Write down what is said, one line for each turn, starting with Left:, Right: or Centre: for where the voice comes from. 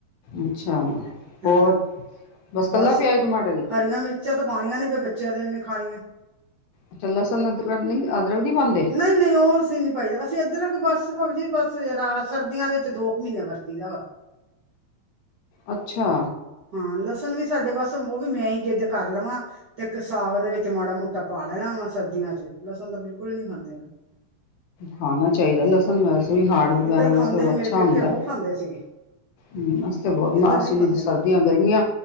Left: ਅੱਛਾ,
Right: ਹਾਂ
Left: ਹੋਰ
Right: ਹਾਂ
Left: ਕੱਲਾ
Right: ਬਸ,
Left: ਪਿਆਜ ਟਮਾਟਰ ਹੀ
Right: ਹਰੀਆ ਮਿਰਚਾਂ ਤਾਂ ਪਾਣੀਆ ਨਹੀਂ ਫਿਰ ਬੱਚਿਆਂ ਨੇ ਨੀ ਖਾਣੀਆਂ
Left: ਅੱਛਾ ਲਸਨ, ਅਦਰਕ- ਅਦਰਕ ਨਹੀ ਪਾਦੇ
Right: ਨਹੀਂ- ਨਹੀਂ ਉਹ ਅਸੀਂ ਨੀ ਪਾਈਦਾ ਅਸੀਂ ਅਦਰਕ ਬਸ ਭਾਬੀ ਜੀ ਬੱਸ ਸਰਦੀਆਂ ਦੇ ਦੋ ਕੁ ਮਹੀਨੇ ਵਰਤੀ ਦਾ
Left: ਅੱਛਾ
Right: ਹਾਂ ਲਸਣ ਵੀ ਸਾਡੇ ਬਸ ਉਹ ਵੀ ਮੈਂ ਹੀ ਜਿੱਦ ਕਰ ਲਵਾਂ, ਤੇ ਸਾਗ ਦੇ ਵਿੱਚ- ਮਾੜਾ ਮੋਟਾ ਪਾ ਲੈਣਾ ਵਾ ਸਰਦੀਆਂ ਚ, ਲਸਣ ਤਾਂ ਬਿਲਕੁਲ ਹੀ ਨਹੀਂ ਖਾਂਦੇ ਨਾ
Left: ਖਾਣਾ ਚਾਹੀਦਾ ਲਸਣ ਵੈਸੇ ਵੀ ਹਾਰਡ ਵਗੈਰਾ
Right: ਇੱਧਰ
Left: ਵਾਸਤੇ
Right: ਖਾਂਦੇ ਨੇ
Left: ਅੱਛਾ
Right: ਮੇਰੇ ਪੇਕੇ
Left: ਹੁੰਦਾ
Right: ਬਹੁਤ ਖਾਂਦੇ ਸੀਗੇ
Left: ਹੂੰ ਅਸੀ ਤੇ ਬਹੁਤ ਨਾ
Right: ਇੱਧਰ ਨਹੀਂ ਖਾਂਦੇ
Left: ਸਰਦੀਆਂ ਗਰਮੀਆਂ